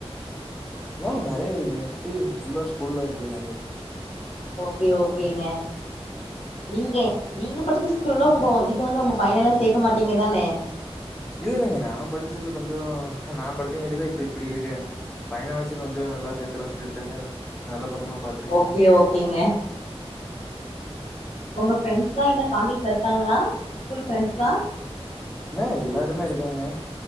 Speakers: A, in the centre; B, on the left.
A: ஏ நெறைய இருக்குங்க சுத்தி ஃபுல்லா ஸ்கூல்லா இருக்கு நெறைய
B: ஓகே ஓகேங்க நீங்க நீங்க படிச்ச ஸ்கூல்ல ஒங்கோ இது வந்து உங்க பையல்லா சேக்க மாட்டீங்கதானே
A: இல்ல இல்லங்க நா படிச்சதுல கொஞ்சோ நா படிச்சங்காட்டிதா இப்ப இப்டி இருக்கே பையனவாச்சி கொஞ்சோ நல்லா சேத்தலானு சொல்லிட்டுத்தாங்க நல்ல பக்கமா பாத்துருக்கே.
B: ஓகே ஓகேங்க உங்க ஃப்ரெண்ட்ஸ்லா இன்னோ கான்டெக்ட்ல இருக்காங்களா ஸ்கூல் ஃப்ரெண்ட்ஸ்லா
A: ஏ எல்லாருமே இருக்காங்க